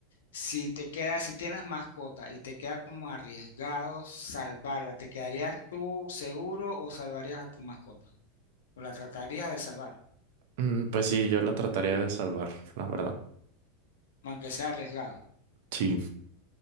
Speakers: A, on the left; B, on the right.
A: si te queda, si tienes mascota y te queda como arriesgado salvarla, ¿te quedarías tú seguro o salvarías a tu mascota? ¿O la tratarías de salvar,
B: Mm, pues sí, yo la trataría de salvar, la verdad.
A: aunque sea arriesgado?
B: Sí.